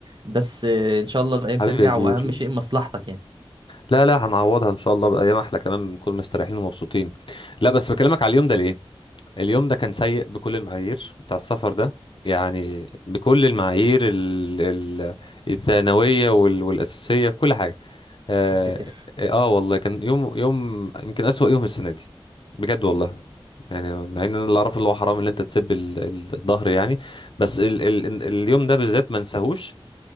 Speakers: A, on the right; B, on the left.
A: بس آه، ان شاء الله الايام
B: حبيبي
A: ترجع
B: يا كبير
A: واهم شيء مصلحتك يعني
B: لا لا هنعوضها ان شاء الله بايام احلى كمان بنكون مستريحين ومبسوطين لا بس بكلمك على اليوم ده ليه اليوم ده كان سيء بكل المعايير بتاع السفر ده يعني بكل المعايير ال- ال- الثانويه وال- والاساسيه بكل حاجه اه
A: يا ساتر
B: آه والله كان يوم يوم يمكن اسوأ يوم السنه دي بجد والله يعني مع ان انا اللي اعرفه اللي هو حرام اللي انت تسيب ال- ال- الظهر يعني بس ال ال اليوم ده بالذات ما انساهوش